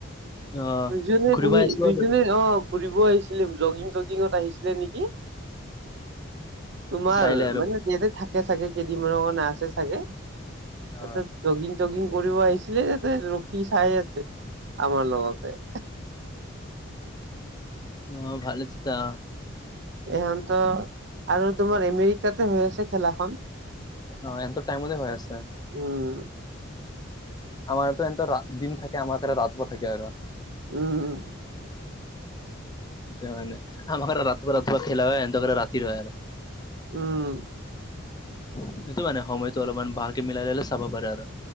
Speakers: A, on the left; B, on the right.
A: অ
B: দুজনে
A: ঘূৰিব
B: বহি
A: আহিছো
B: দুইজনে
A: আৰু
B: অ ফুৰিব আহিছিলে জগিং চগিঙত আহিছিলে নেকি তোমাৰ
A: চাইলে আৰু
B: মানে ইয়াতে থাকে চাগে কেইদিনমানৰ কাৰণে আছে চাগে
A: অ
B: এতে জগিং টগিং কৰিব আহিছিলে তাতে ৰখি চাই আছে আমাৰ লগতে
A: অ ভালে থিতা
B: ইহঁতৰ আৰু তোমাৰ এমেৰিকাতে হৈ আছে খেলাখন।
A: অ' ইহঁতৰ টাইমতে হৈ আছে।
B: উম।
A: <unintelligible> দিন থাকে, আমাৰ কাৰ ৰাতবা থাকে আৰু।
B: উম, উ।
A: তাকে মানে আমাৰ <unintelligible> খেলা হয় এনতৰ ৰাতি হয় আৰু।
B: উম।
A: <unintelligible> মানে সময়টো অলপমান ভালকে মিলাই ললে চাব পাৰে আৰু।